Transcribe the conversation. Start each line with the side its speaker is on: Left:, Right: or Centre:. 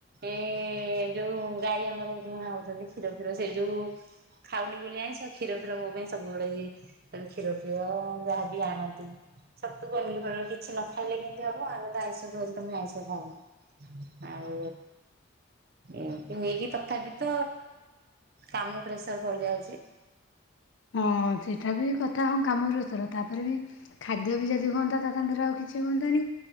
Right: ଏ-ଏ ଯୋଉ ଗାଈ ଆମର ଦୁହାଁ ହଉଛନ୍ତି, କ୍ଷୀର ଫିର ସେଇ ଯୋଉ ଖାଉନି ବୋଲି ଆମିଶ କ୍ଷୀର ଫିର ମୋ ପାଇଁ ସବୁବେଳେ କ୍ଷୀର ଫିର ଯାହାବି ଆଣନ୍ତୁ। ଛତୁ ପନିର ଫନିର୍ କିଛି ନ ଖାଇଲେ କେମିତି ହବ, ଆମେ ତ ଆଇଷ ଖାଉଚୁ ତମେ ଆଇଷ ଖାଉନ। ଆଉ ଏମିତି ହେଇକି ତଥାପି ତ କାମ ପ୍ରେସର ପଡିଯାଉଛି।
Left: ହଁ ସେଟା ବି କଥା। ହଁ କାମରେ ଅ ର ତାପରେ ବି ଖାଦ୍ୟ ବି ଯଦି ହୁଅନ୍ତା ତା ସାଙ୍ଗରେ ଆଉ କିଛି ହୁଅନ୍ତାନି।